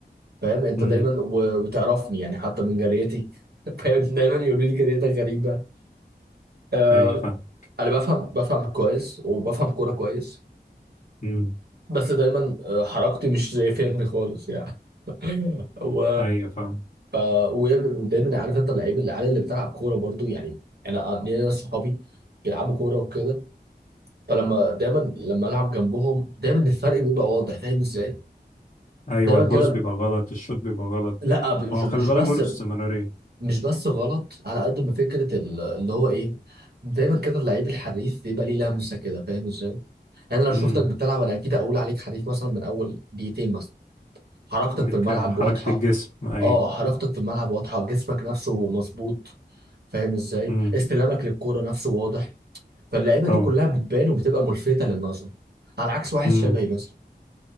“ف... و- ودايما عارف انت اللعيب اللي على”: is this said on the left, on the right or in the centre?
Right